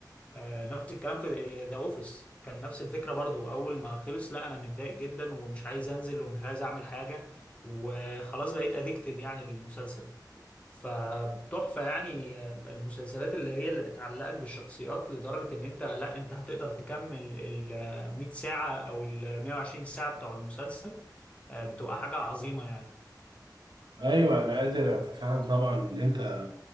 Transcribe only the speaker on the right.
ايوه انا قادر اتفهم طبعا اللي انت